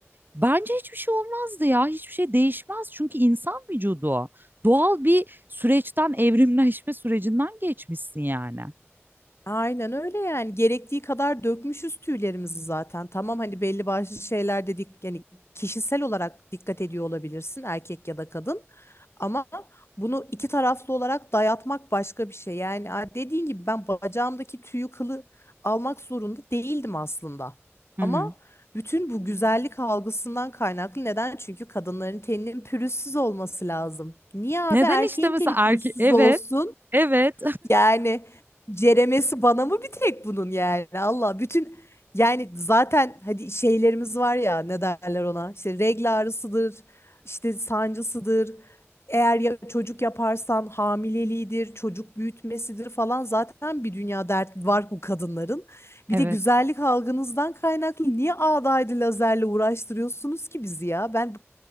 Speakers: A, on the right; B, on the left.
A: Bence hiçbir şey olmazdı ya. Hiçbir şey değişmez. Çünkü insan vücudu o. Doğal bir süreçten, evrimleşme sürecinden geçmişsin yani.
B: Aynen öyle yani gerektiği kadar dökmüşüz tüylerimizi zaten. Tamam hani belli başlı şeyler dedik yani kişisel olarak dikkat ediyor olabilirsin erkek ya da kadın. Ama bunu iki taraflı olarak dayatmak başka bir şey. Yani a- dediğin gibi ben bacağımdaki tüyü kılı almak zorunda değildim aslında.
A: Hı
B: Ama
A: hı.
B: bütün bu güzellik algısından kaynaklı neden? Çünkü kadınların teninin pürüzsüz olması lazım. Niye abi
A: Neden
B: erkeğin
A: işte mesela
B: teni pürüzsüz
A: erkek... Evet,
B: olsun?
A: evet,
B: Yani ceremesi bana mı bir tek bunun yani Allah bütün yani zaten hadi şeylerimiz var ya ne derler ona işte regl ağrısıdır işte sancısıdır eğer ya çocuk yaparsan hamileliğidir çocuk büyütmesidir falan zaten bir dünya dert var bu kadınların bir
A: <laughs> evet.
B: de güzellik algınızdan kaynaklı niye ağdaydı lazerle uğraştırıyorsunuz ki bizi ya ben